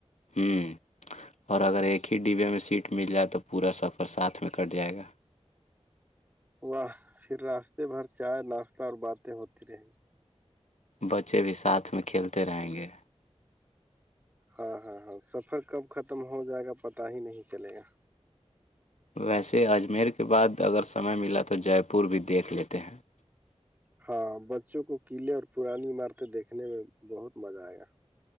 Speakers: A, on the left; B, on the right.
A: ہ اور اگر ایک ہی ڈبے میں سیٹ مل جائے تو پورا سفر ساتھ میں کٹ جائے گا
B: واہ پھر راستے بھر چائے ناشتہ اور باتیں ہوتی رہیں گی
A: بچے بھی ساتھ میں کھیلتے رہیں گے
B: ہاں ہاں ہاں سفر کب ختم ہو جائے گا پتا ہی نہیں چلے گا
A: ویسے اجمیر کے بعد اگر سمے ملا تو جے پور بھی دیکھ لیتے ہیں
B: ہاں بچوں کو قلے اور پرانی عمارتیں دیکھنے میں بہت مزہ آئے گا